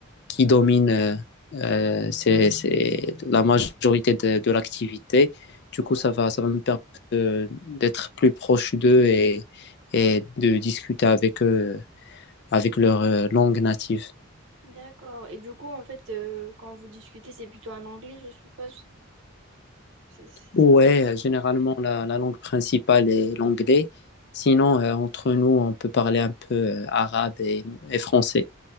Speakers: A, on the left (about 50°); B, on the right (about 60°).
A: qui dominent euh, euh, c'est, c'est la majorité de, de l'activité. Du
B: Ouais,
A: coup, ça va, ça va me permettre de- d'être plus proche d'eux et, et de discuter avec eux, avec leur euh, langue native.
B: d'accord. Et du coup, en fait, euh, quand vous discutez, c'est plutôt en anglais, je suppose. C'est c'est
A: Ouais,
B: ça?
A: euh, généralement la, la langue principale est l'anglais. Sinon, euh, entre nous, on peut parler un peu euh, arabe et, et français.